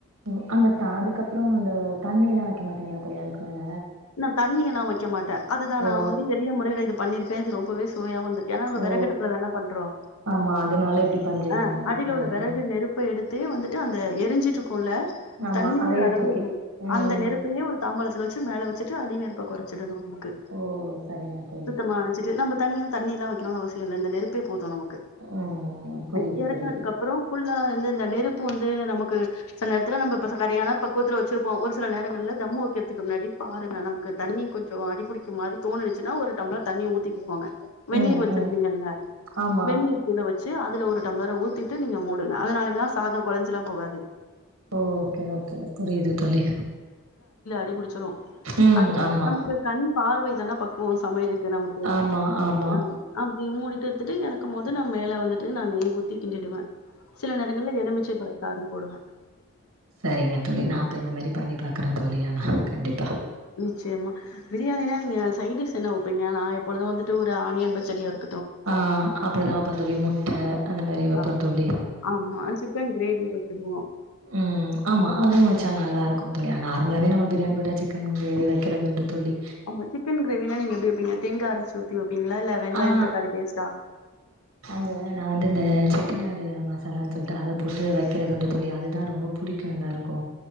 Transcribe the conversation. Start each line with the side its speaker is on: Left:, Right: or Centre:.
Right: ம் அந்த தா அதுக்கப்பற அந்த தண்ணில்லா வைக்க மாட்டீங்களா தோழி அதுக்கு மேல
Left: என்ன தண்ணில்லா வச் வைக்க மாட்டே அதுதா நா
Right: ஓ!
Left: வந்து எளிய முறையில இதுப் பண்ணிருக்கே இது ரொம்பவே சுவயா வந்து ஏன்னா நம்ம
Right: ஓ!
Left: வெரகு அடுப்புல தான பண்றோ
Right: ஆமா. அதனால இப்டி பண்றீங்க
Left: ஆஹ்
Right: நீங்க.
Left: அடியிலவுள்ள
Right: ம்.
Left: வெறகு நெருப்பு எடுத்தே வந்துட்டு அந்த எரிஞ்சுட்டு இருக்கு இருக்குமுள்ள
Right: ஆமா.
Left: தண்ணீர்
Right: அதையே
Left: அளவு
Right: தூக்கி ம்.
Left: அந்த நெருப்பையே ஒரு தாம்பலத்தில வச் மேலே வச்சுட்டு அடி நெடுப்ப கொறச்சிடனு
Right: ஓ! சரிங்க தோழி.
Left: சுத்தமா அனச்சுட்டு
Right: ஆ.
Left: நம்ம தனிய தண்ணில்லா வைக்கணும்னு அவசியமில்ல இந்த நெருப்பே போதும் நமக்கு
Right: ம். புரியுது,
Left: அ எறக்குனத்துக்கு
Right: புரியுது.
Left: அப்புற புள்ளா இருந்து இந்த நெருப்பு ப்பு வந்து நமக்கு சில நேரத்துல நம்ம இப்ப சரியையான பக்குவத்துல வச்சிருப்போ ஒரு சில நேரங்கள்ல தம் ஊக்கறிறதுக்கு முன்னாடி பாருங்க நமக்கு தண்ணி கொஞ்ச அடிபுடிக்க மாரி தோணுரிச்சுன்னா ஒரு டம்ளர் தண்ணி ஊத்திக்குப்போங்க வெந்நீர்
Right: ம்,
Left: வச்சிருப்பீங்கல்ல
Right: ம். ஆமா.
Left: வெநீர் கூட வச்சு <unintelligible> அதுல ஒரு டம்ளர ஊத்திட்டு நீங்க மூடுங்க அதனாலதா சாத கொலஞ்சிற போகாது
Right: ஓ ஓகே ஓகே புரியது தோழி
Left: ட்டிபுடிச்
Right: ம்.
Left: அதுக்காக
Right: ஆமா.
Left: நமக்கு கண் பார்வை தான பக்குவோ சமையலுக்கு நமக்கு
Right: ஆமா, ஆமா.
Left: ஹ அப்டி மூடிட்டு ட்டு எறக்கும் போது நா மேல வந்து ட்டு நா நெய் ஊத்தி கிண்டிடுவே சில நேரங்கள்ல எலுமிச்சை பலசாரும் போடுவ
Right: செரிங்க தோழி நா அப்ப இந்த மாரி பண்ணி பாக்குறேன் தோழி ஆனா கண்டிப்பா
Left: நிச்சியமா பிரியாணினா நீங்க சைட் டிஷ் என்ன வெப்பீங்க நா எப்பொழுது வந்துட்டு ஒரு ஆனியன் பச்சடியா இருக்
Right: ஆஹ் அப்படிதா வெப்பந் தோழி முட்ட அந்த மாரி வெப்பந்
Left: ஆ
Right: தோழி
Left: ஆமா சிக்கன் கிரேவி வச்சுடுவோ
Right: உம் ஆமா அதுவு வெச்சா நல்லா இருக் குத் தோழி நார்மலாவே நம்ம பிரியாணி போட்டா சிக்கன் கிரேவி வெக்கிறது உண்டு தோழி
Left: ஆமா சிக்கன் கிரேவினா நீங்க எப்படி வெப்பீங்க தேங்கா அரச்சு ஊத்தி வெப்பிங் பீங்ளா இல்ல வெங்காயம்
Right: ஆ
Left: தக்காளி பேஸ்ட்டா
Right: அந்த நா வந்து இந்த செட்டிநாடு மசாலான்னு சொல்ட்டு அத போட்டு வெக்கிறதுண்டு தோழி அதுதா ரொம்ப புடிக்கு எல்லாருக்கு